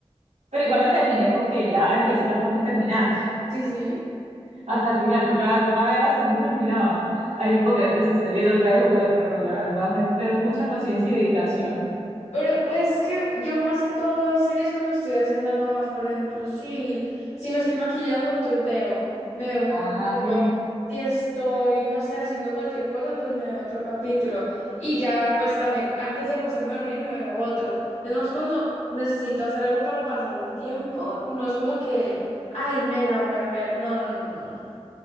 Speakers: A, on the right (about 80°); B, on the left (about 80°).
A: pero igual la terminé porque ya la empecé y la tengo que terminar.
B: Sí, sí.
A: Hasta el final, tocaba, tocaba, era hasta donde terminaba. Ay, no puedo creer que se esté viendo otra vez Juego de Tronos, la verdad. Hay que tener mucha paciencia y dedicación.
B: Pero pues, es que yo más que todo veo series cuando estoy haciendo algo más, por ejemplo, si, si me estoy maquillando, entonces veo, me veo un capítulo.
A: Ah, ok.
B: Si estoy, no sé, haciendo cualquier cosa, pues me veo otro capítulo. Y ya, pues también, antes de acostarme a dormir, me veo otro. Es más, cuando necesito hacer algo para pasar el tiempo, no es como que, ay, me la voy a ver. No, no, no, no. no.